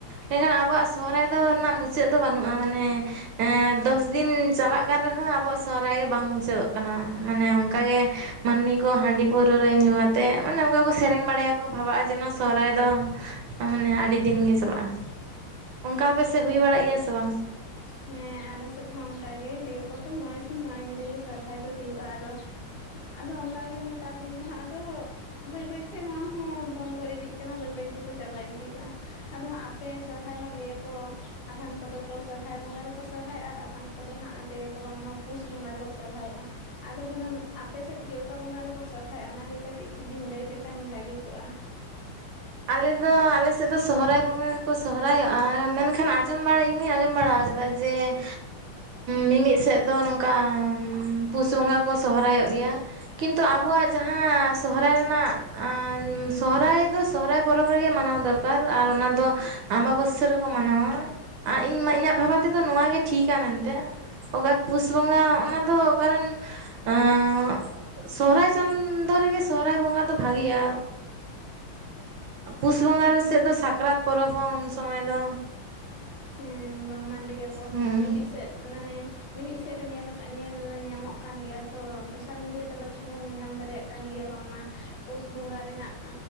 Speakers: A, on the right; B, on the left.
A: ᱢᱮᱱᱠᱷᱟᱱ ᱟᱵᱚᱣᱟᱜ ᱥᱚᱦᱚᱨᱟᱭ ᱫᱚ ᱨᱮᱱᱟᱜ ᱢᱩᱪᱟᱹᱫ ᱫᱚ ᱵᱟᱹᱱᱩᱜᱼᱟ ᱢᱟᱱᱮ ᱮ ᱫᱚᱥᱫᱤᱱ ᱪᱟᱞᱟᱜ ᱠᱟᱱ ᱨᱮᱦᱚᱸ ᱟᱵᱚᱣᱟᱜ ᱥᱚᱦᱨᱟᱭ ᱜᱮ ᱵᱟᱝ ᱢᱩᱪᱟᱹᱫᱚᱜ ᱠᱟᱱᱟ᱾ ᱢᱟᱱᱮ ᱚᱱᱠᱟ ᱜᱮ ᱢᱟᱹᱱᱢᱤ ᱠᱚ ᱦᱟᱺᱰᱤ ᱯᱟᱹᱣᱨᱟᱹ ᱨᱟᱹ ᱧᱩ ᱟᱛᱮ ᱢᱟᱱᱮ ᱚᱱᱠᱟ ᱠᱚ ᱥᱮᱨᱮᱧ ᱵᱟᱲᱟᱭᱟᱠᱚ᱾ ᱠᱚ ᱵᱷᱟᱜᱼᱟ ᱡᱮ ᱱᱚᱣᱟ ᱥᱚᱨᱦᱟᱭ ᱫᱚ ᱢᱟᱱᱮ ᱟᱹᱰᱤ ᱫᱤᱱ ᱜᱮ ᱪᱟᱞᱟᱜᱼᱟ᱾ ᱚᱱᱠᱟ ᱟᱯᱮ ᱥᱮᱫ
B: ᱦᱳᱭ
A: ᱦᱩᱭ ᱵᱟᱲᱟᱜ ᱜᱮᱭᱟ ᱥᱮ ᱵᱟᱝ?
B: ᱦᱮᱸ ᱟᱞᱮ ᱥᱮᱫ ᱦᱚᱸ ᱚᱱᱠᱟᱟᱜᱮ ᱞᱟᱹᱭ ᱟᱠᱚᱛᱚ ᱢᱚᱬᱮ ᱥᱤᱧ ᱢᱚᱬᱮ ᱧᱤᱫᱟᱹ ᱜᱮ ᱥᱚᱨᱦᱟᱭ ᱫᱚ ᱦᱩᱭᱩᱜᱼᱟ ᱟᱫᱚ ᱟᱫᱚ ᱚᱱᱠᱟ ᱜᱮ ᱱᱮᱛᱟᱨ ᱫᱤᱱ ᱫᱚ ᱦᱟᱜ ᱟᱫᱚ ᱵᱟᱹᱭ ᱵᱟᱹᱭ ᱛᱮ ᱱᱚᱣᱟ ᱦᱚᱸ ᱵᱚᱱᱫᱚ ᱤᱫᱤᱜ ᱠᱟᱱᱟ ᱵᱟᱹᱭ ᱵᱟᱹᱭ ᱛᱮᱠᱚ ᱪᱟᱵᱟ ᱤᱫᱤᱭᱮᱜᱼᱟ᱾ ᱟᱫᱚ ᱦᱟᱸᱜ ᱟᱯᱮ ᱥᱚᱨᱦᱟᱭ ᱢᱟ ᱞᱟᱹᱭᱟᱠᱚ ᱟᱫᱷᱮᱱ ᱠᱚᱫᱚ ᱥᱚᱨᱦᱟᱭ ᱵᱚᱸᱜᱟ ᱨᱮᱠᱚ ᱥᱚᱨᱦᱟᱭᱚᱜᱼᱟ ᱟᱨ ᱟᱫᱷᱟᱱ ᱠᱚᱫᱚ ᱦᱟᱸᱜ ᱞᱟᱹᱭ ᱟᱠᱚ ᱵᱟᱝᱢᱟ ᱯᱩᱥ ᱵᱚᱸᱜᱟ ᱨᱮᱠᱚ ᱥᱚᱨᱦᱟᱚᱜᱼᱟ᱾ ᱟᱫᱚ ᱦᱩᱱᱟᱹᱝ ᱟᱯᱮ ᱥᱮᱫ ᱜᱮ ᱚᱠᱟ ᱵᱚᱸᱜᱟ ᱨᱮᱠᱚ ᱥᱚᱨᱦᱟᱭᱚᱜᱼᱟ ᱚᱱᱟᱜᱮ ᱠᱟᱹᱴᱤᱡ ᱡᱩᱫᱤᱢ ᱞᱟᱹᱭ ᱞᱮᱠᱷᱟᱱ ᱵᱷᱟᱹᱜᱮ ᱠᱚᱜᱼᱟ᱾
A: ᱟᱞᱮ ᱫᱚ ᱟᱞᱮ ᱥᱮᱫ ᱥᱮᱫ ᱫᱚ ᱥᱚᱦᱚᱨᱟᱭ ᱵᱚᱸᱜᱟ ᱜᱮᱠᱚ ᱥᱚᱦᱚᱨᱟᱭᱚᱜᱼᱟ ᱢᱮᱱᱠᱷᱟᱱ ᱟᱸᱡᱚᱢ ᱵᱟᱲᱟ ᱤᱧ ᱦᱚᱧ ᱟᱸᱡᱚᱢ ᱵᱟᱲᱟ ᱟᱠᱟᱫᱟ ᱡᱮ ᱢᱤᱢᱤᱫ ᱥᱮᱫ ᱫᱚ ᱱᱚᱝᱠᱟ ᱯᱩᱥ ᱵᱚᱸᱜᱟ ᱠᱚ ᱥᱚᱦᱨᱟᱭᱚᱜ ᱜᱮᱭᱟ ᱠᱤᱱᱛᱩ ᱟᱵᱚᱣᱟᱜ ᱡᱟᱦᱟᱸ ᱥᱚᱦᱚᱨᱟᱭ ᱨᱮᱱᱟᱜ ᱚᱸ ᱥᱚᱦᱨᱟᱭ ᱫᱚ ᱥᱚᱨᱟᱭ ᱯᱚᱨᱚᱵᱽ ᱨᱮᱜᱮ ᱢᱟᱱᱟᱣ ᱫᱚᱨᱠᱟᱨ ᱟᱨ ᱚᱱᱟ ᱫᱚ ᱟᱢᱵᱟᱵᱟᱹ ᱥᱭᱟᱹ ᱨᱮᱠᱚ ᱢᱟᱱᱟᱣᱟ ᱾ ᱟᱨ ᱤᱧ ᱢᱟ ᱤᱧᱟᱹᱜ ᱵᱷᱟᱵᱟᱣ ᱛᱮᱫᱚ ᱱᱚᱣᱟ ᱜᱮ ᱴᱷᱤᱠᱟ ᱢᱮᱱ ᱮᱛ, ᱚᱠᱟ ᱯᱩᱥ ᱵᱚᱸᱜᱟ ᱚᱱᱟ ᱫᱚ ᱠᱟᱨᱚᱱ ᱮᱸ ᱥᱚᱦᱨᱟᱭ ᱪᱟᱸᱫᱚ ᱨᱮᱜᱮ ᱥᱚᱦᱚᱨᱟᱭ ᱵᱚᱸᱜᱟ ᱫᱚ ᱵᱷᱟᱜᱮᱭᱟ, ᱯᱩᱥ ᱵᱚᱸᱜᱟ ᱨᱮ
B: ᱦᱩᱸ
A: ᱥᱮᱫ ᱫᱚ ᱥᱟᱠᱨᱟᱛ ᱯᱚᱨᱚᱵᱽ ᱦᱚᱸ ᱩᱱ ᱥᱚᱢᱚᱭ ᱫᱚ,
B: ᱦᱮᱸ ᱵᱟᱝᱢᱟ ᱞᱟᱹᱭᱟᱠᱚ
A: ᱦᱩᱸ
B: ᱢᱤᱢᱤᱫ ᱥᱮᱫ ᱢᱟᱱᱮ ᱢᱤᱢᱤᱫ ᱥᱮᱫ ᱨᱮ ᱧᱮᱞ ᱧᱮᱞ ᱧᱟᱢᱚᱜ ᱠᱟᱱ ᱜᱮᱭᱟ ᱛᱚ ᱥᱳᱥᱟᱞ ᱢᱤᱰᱤᱭᱟ ᱛᱟᱞᱟ ᱛᱮᱦᱚᱸ ᱵᱚᱱ ᱧᱮᱞᱧᱟᱢ ᱫᱟᱲᱮᱭᱟᱜ ᱠᱟᱱ ᱜᱮᱭᱟ ᱵᱟᱝᱢᱟ ᱯᱩᱥ ᱵᱚᱸᱜᱟ ᱨᱮᱱᱟᱜ